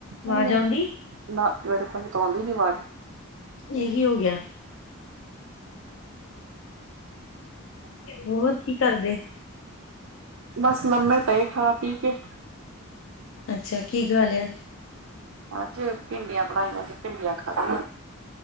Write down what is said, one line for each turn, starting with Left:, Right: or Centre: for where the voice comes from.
Left: ਆਵਾਜ਼
Right: ਹਮ ਆਵਾਜ
Left: ਆਉਂਦੀ
Right: ਆਈ ਨਾ ਮੇਰੇ ਕੋਲ ਤਾਂ ਆਂਦੀ ਨੀ ਆਵਾਜ਼
Left: ਇਹ ਕੀ ਹੋ ਗਿਆ ਔਰ ਕੀ ਕਰਦੇ?
Right: ਬਸ, ਲੰਮੇ ਪਏ ਖਾ ਪੀ ਕੇ।
Left: ਅੱਛਾ ਕੀ ਖਾ ਲਿਆ?
Right: ਅੱਜ ਭਿੰਡੀਆਂ ਬਣਾਈਆਂ ਸੀਂ, ਭਿੰਡੀਆਂ ਖਾਧੀਆਂ।